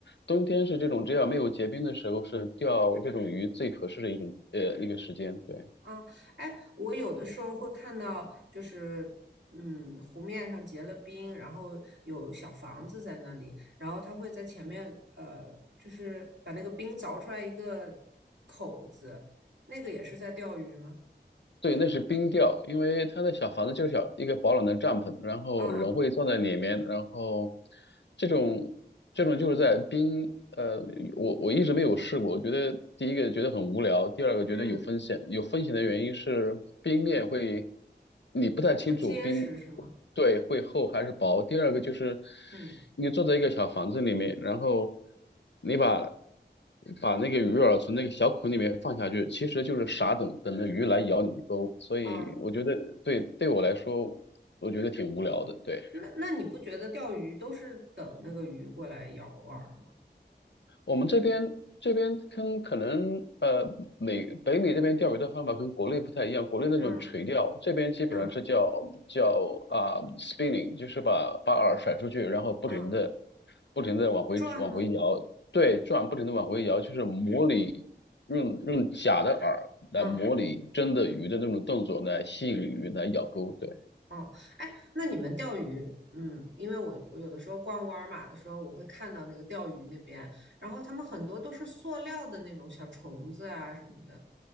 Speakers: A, on the left (about 80°); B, on the right (about 85°).
A: 冬天是这种只要没有结冰的时候，是钓这种鱼最合适的一种呃一个时间。对。
B: 嗯，哎，我有的时候会看到，就是嗯，湖面上结了冰，然后有小房子在那里，然后他会在前面，呃，就是把那个冰凿出来一个口子，那个也是在钓鱼吗？
A: 对，那是冰钓，因为它的小房子就是小一个保暖的帐篷，然后人会坐在里面，
B: 啊，
A: 然后这种这种就是在冰，呃，我我一直没有试过，我觉得第一个觉得很无聊，第二个觉得有风险，
B: 嗯，
A: 有风险的原因是冰面会，你不太清楚冰，
B: 不结实是吗？
A: 对，会厚还是薄，第二个就是
B: 嗯
A: 你坐在一个小房子里面，然后你把。把那个鱼饵从那个小孔里面放下去，其实就是傻等，等着鱼来咬你的钩。所以我觉得对对我来说，
B: 啊，
A: 我觉得挺无聊的。对。
B: 那那你不觉得钓鱼都是等那个鱼过来咬饵吗？
A: 我们这边这边跟可能呃美北美这边钓鱼的方法跟国内不太一样，国内那种垂钓，
B: 嗯
A: 这边基本上是叫叫啊、
B: 嗯
A: spinning，就是把把饵甩出去，然后不停的
B: 嗯，
A: 不停的往回往回摇，
B: 转吗？
A: 对，转不停的往回摇，就是模拟用用假的饵来模拟真的鱼的那种动作来吸引鱼来咬钩，
B: 嗯。
A: 对，
B: 哦，哎，那你们钓鱼，嗯，因为我我有的时候逛沃尔玛的时候，我会看到那个钓鱼那边，然后他们很多都是塑料的那种小虫子啊什么的，